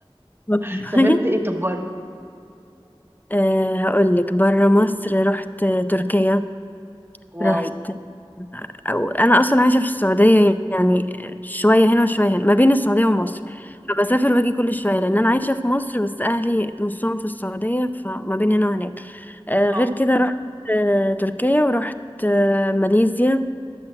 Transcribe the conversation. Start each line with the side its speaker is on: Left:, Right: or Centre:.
Left: والله
Right: <laughs> سافرتي ايه طب بره؟
Left: آه، هقولك بره مصر رحت تركيا
Right: واو
Left: رحت أو أنا أصلا عايشة في السعودية يعني شوية هنا وشوية هنا ما بين السعودية ومصر
Right: اه
Left: فبسافر
Right: مم.
Left: واجي كل شوية لأن أنا عايشة في مصر بس أهلي نصهم في السعودية فما بين هنا وهناك آه،
Right: اه
Left: غير كده رحت آه، تركيا ورحت آه، ماليزيا